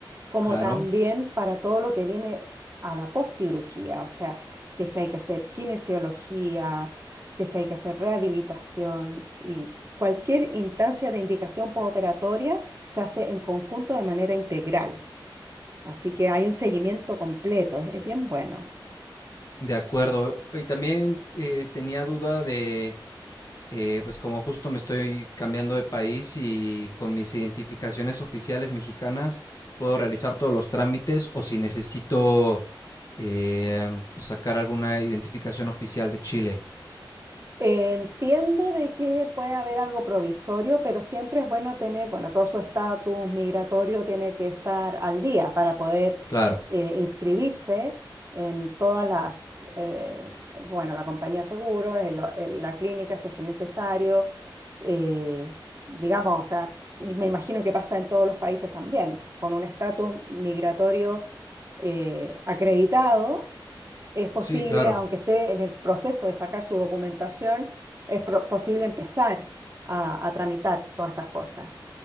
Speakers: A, on the right; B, on the left.
A: como
B: Claro.
A: también para todo lo que viene a la poscirugía, o sea, si es que hay que hacer kinesiología, si es que hay que hacer rehabilitación y cualquier instancia de indicación postoperatoria se hace en conjunto de manera integral. Así que hay un seguimiento completo, es es bien bueno.
B: De acuerdo. Y también eh, tenía duda de, eh, pues como justo me estoy cambiando de país y con mis identificaciones oficiales mexicanas, ¿puedo realizar todos los trámites o si necesito eh, pues, sacar alguna identificación oficial de Chile?
A: Eh, Entiendo de que puede haber algo provisorio, pero siempre es bueno tener, bueno, todo su estatus migratorio tiene que estar al día para poder
B: Claro,
A: eh, inscribirse en todas las, eh, bueno, la compañía de seguros, en lo- en la clínica si es que es necesario, eh, digamos, o sea, y me imagino que pasa en todos los países también, con un estatus migratorio eh, acreditado es posible,
B: sí, claro.
A: aunque esté en el proceso de sacar su documentación, es pro- posible empezar a, a tramitar todas estas cosas.